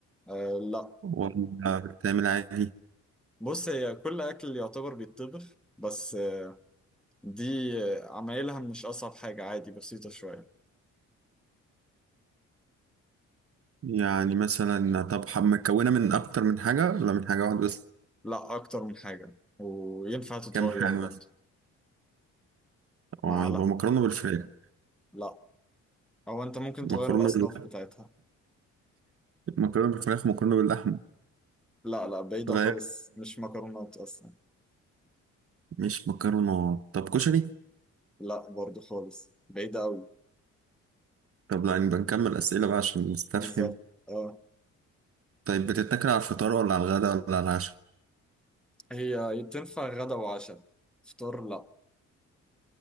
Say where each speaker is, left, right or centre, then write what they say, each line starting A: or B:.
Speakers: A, in the centre; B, on the right.
A: آه لا
B: ولا بتعمل عادي؟
A: بص هي كل أكل يعتبر بيتطبخ بس آه، دي آه، عمايلها مش أصعب حاجة عادي بسيطة شوية
B: يعني مثلا طب ح- مكونة من أكتر من حاجة ولا من حاجة واحدة بس؟
A: لا أكتر من حاجة وينفع تتغير
B: كام حاجة
A: برضه
B: مثلا؟ اه
A: مع
B: يبقى
A: لا
B: مكرونة بالفراخ
A: لا أو أنت ممكن
B: مكرونة
A: تغير الأصناف
B: بال...
A: بتاعتها
B: مكرونة بالفراخ مكرونة باللحم
A: لا لا بعيدة
B: تغير
A: خالص مش مكرونات أصلا
B: مش مكرونة طب كشري؟
A: لا برضه خالص بعيدة أوي
B: طب لا يعني بنكمل أسئلة بقى عشان نستفهم
A: بالظبط اه
B: طيب بتتاكل على الفطار ولا على الغداء ولا على العشاء؟
A: هي تنفع غدا وعشاء فطار لا